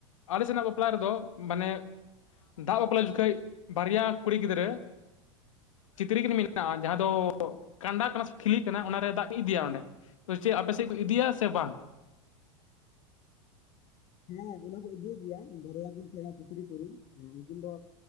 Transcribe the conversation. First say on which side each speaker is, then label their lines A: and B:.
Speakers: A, on the left (about 75°); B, on the left (about 40°).
A: ᱟᱞᱮ ᱥᱮᱱᱟᱜ ᱵᱟᱯᱞᱟ ᱨᱮᱫᱚ ᱢᱟᱱᱮ ᱫᱟᱜ ᱵᱟᱯᱞᱟ ᱡᱚᱠᱷᱮᱡ ᱵᱟᱨᱮᱭᱟ ᱠᱩᱲᱤ ᱜᱤᱫᱽᱨᱟᱹ ᱪᱤᱛᱨᱤ ᱠᱤᱱ ᱢᱮᱱᱟᱜᱼᱟ ᱡᱟᱦᱟᱸ ᱫᱚ ᱠᱟᱸᱰᱟ ᱠᱟᱱᱟ ᱥᱮ ᱴᱷᱤᱞᱤ ᱠᱟᱱᱟ ᱚᱱᱟ ᱨᱮ ᱫᱟᱜ ᱠᱤᱱ ᱤᱫᱤᱭᱟ ᱚᱸᱰᱮ ᱪᱮᱫ ᱟᱯᱮ ᱥᱮᱫ ᱠᱚ ᱤᱫᱤᱭᱟ ᱥᱮ ᱵᱟᱝ
B: ᱦᱮᱸ ᱚᱱᱟ ᱠᱚ ᱤᱫᱤᱭᱮ ᱜᱮᱭᱟ ᱵᱟᱨᱮᱭᱟ ᱠᱤᱱ ᱛᱟᱦᱮᱸ ᱟ ᱛᱤᱛᱨᱤ ᱠᱩᱲᱤ ᱦᱮᱸ ᱩᱱᱠᱤᱱ ᱫᱚ